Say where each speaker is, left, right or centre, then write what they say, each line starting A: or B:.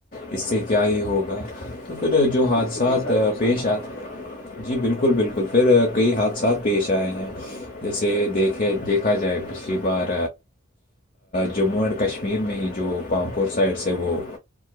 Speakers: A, on the left (about 40°); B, on the left (about 65°).
A: اس سے کیا ہی ہوگا تو پ جو
B: لیکن
A: حادثات
B: اس سے کئی سارے نقصانات
A: پیش آ
B: ہوتے ہیں
A: جی بالکل بالکل پھر کئی حادثات پیش آئے ہیں جیسے دیکھے دیکھا جائے پچھلی بار جموں اینڈ کشمیر میں ہی جو پامپور سائڈ سے وہ